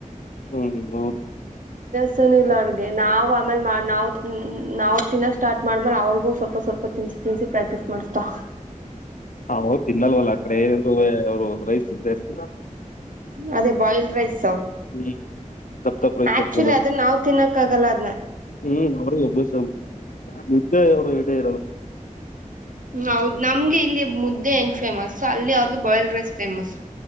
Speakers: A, on the left (about 75°); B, on the right (about 75°).
A: ಹ್ಮ್ ಹ್ಮ್ ಓ.
B: ಸುನ್ ಇಲ್ಲ ಅವ್ರ್ಗೆ ನಾವ್ ಆಮೇಲೆ ಮಾಡ್ ನಾವ್ ನಾವ್ ತಿನ್ನಕ್ ಸ್ಟಾರ್ಟ್ ಮಾಡ್ಮೇಲೆ ಅವ್ರಿಗೂ ಸ್ವಲ್ಪ ಸ್ವಲ್ಪ ತಿನ್ಸಿ ತಿನ್ಸಿ ಪ್ರಾಕ್ಟೀಸ್ ಮಾಡುಸ್ತೊ.
A: ಹವು ತಿನ್ನಲ್ವಲ್ಲ ಆ ಕಡೆ ಏನಿದ್ರುವೇ ಅವ್ರು ರೈಸ್ ಜಾಸ್ತಿ.
B: ಅದೇ ಬಾಯ್ಲ್ಡ್ ರೈಸು
A: ಹ್ಮ್ ತಪ್ಪ ತಪ್ಪ ರೈಸ್
B: ಆಕ್ಚೂಲಿ
A: ಬರ್ತದಲ್ಲ ಅದು
B: ಅದನ್ನ ನಾವ್ ತಿನ್ನಕ್ ಆಗಲ್ಲ ಅದ್ನ.
A: ಹ್ಮ್ ಅವ್ರಿಗೆ ಅಭ್ಯಾಸ ಮುದ್ದೆ ಅವ್ರು ಯೆಟ್ ಇರಲ್ಲ.
B: ಹೌದ್ ನಮ್ಗೆ ಇಲ್ಲಿ ಮುದ್ದೆ ಹೆಂಗ್ ಫೇಮಸ್ಸೋ ಅಲ್ಲಿ ಅವ್ರಿಗೆ ಬಾಯ್ಲ್ಡ್ ರೈಸ್ ಫೇಮಸು.